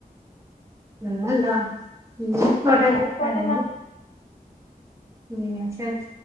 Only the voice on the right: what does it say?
ങ്ങളല്ലാ ഇവിടെ
അഭിപ്രായങ്ങൾ
ഉം ശരി